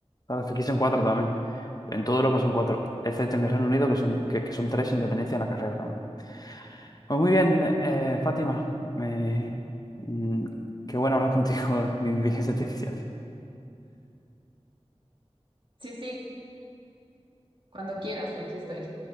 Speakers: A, on the left (about 35°); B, on the right (about 45°).
A: Claro, es que aquí son cuatro también. En toda Europa son cuatro, excepto en el Reino Unido, que son, que, que son tres en dependencia de la carrera también. Pues muy bien, eh, Fátima. me- mm, qué bueno hablar contigo de inteligencia artificial.
B: Sí, sí, cuando quieras, aquí estoy.